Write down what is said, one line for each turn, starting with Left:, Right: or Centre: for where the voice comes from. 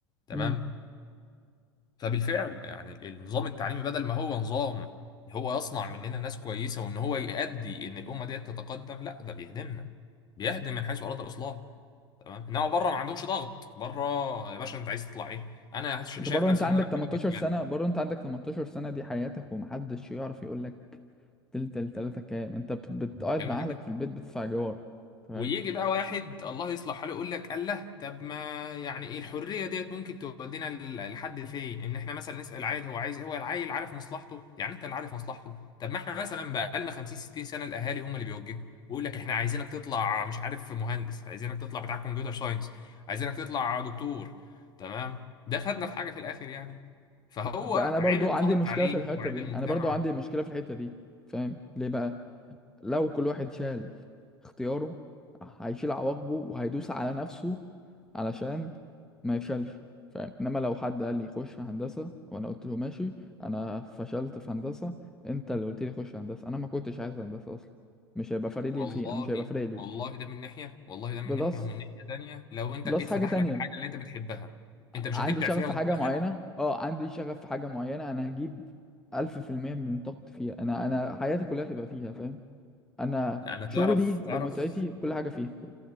Left: تمام
Centre: امم
Left: فبالفعل يعني ال- النظام التعليمي بدل ما هو نظام هو يصنع مننا ناس كويسه وان هو يؤدي ان الامه ديت تتقدم لا ده بيهدمنا بيهدم من حيث اراد الاصلاح تمام انما بره ما عندهمش ضغط بره يا باشا انت عايز تطلع ايه انا ش-
Centre: انت
Left: شايف
Centre: بره
Left: نفسي
Centre: انت عندك
Left: ان انا
Centre: 18
Left: جميله
Centre: سنه بره انت عندك 18 سنه دي حياتك ومحدش يعرف يقول لك تلتل تلاتة كام انت بت- بتقعد
Left: جدا
Centre: مع اهلك في البيت بتدفع جوار تمام
Left: ويجي بقى واحد الله يصلح حاله يقول لك الله طب ما يعني ايه الحريه ديت ممكن تودينا ل- لحد فين ان احنا مثلا نسال عيل هو عايز هو العيل عارف مصلحته يعني انت اللي عارف مصلحته طب ما احنا مثلا بقى لنا 50 60 سنه الاهالي هم اللي بيوجهوا ويقول لك احنا عايزينك تطلع مش عارف مهندس عايزينك تطلع بتاع كمبيوتر ساينس عايزينك تطلع دكتور تمام ده فادنا في حاجه في الاخر يعني فهو
Centre: انا
Left: عيب
Centre: برضو
Left: النظام
Centre: عندي
Left: التعليمي
Centre: مشكله في الحته
Left: وعيب
Centre: دي
Left: المجتمع
Centre: انا برضو عندي مشكله في الحته دي فاهم ليه بقى لو كل واحد شال اختياره هيشيل عواقبه وهيدوس على نفسه علشان ما يفشلش فاهم انما لو حد قال لي خش في هندسة وانا قلت له ماشي انا فشلت في هندسة انت اللي قلت لي خش هندسة انا ما كنتش عايز هندسة اصلا مش هيبقى فارق
Left: والله
Centre: لي في مش هيبقى فارق لي
Left: والله ده من ناحية والله ده من
Centre: بلس
Left: ناحية ومن ناحية تانية لو انت
Centre: بلس
Left: اتفتح
Centre: حاجة تانية
Left: لك الحاجة اللي انت بتحبها انت مش
Centre: عندي
Left: هتبدع
Centre: شغف
Left: فيها
Centre: في
Left: وتجيب
Centre: حاجة
Left: اخرها
Centre: معينة اه عندي شغف في حاجة معينة انا هجيب ألف في المية من طاقتي فيها انا انا حياتي كلها تبقى فيها فاهم انا
Left: انا تعرف
Centre: شغلي
Left: تعرف
Centre: ومتعتي وكل حاجة فيها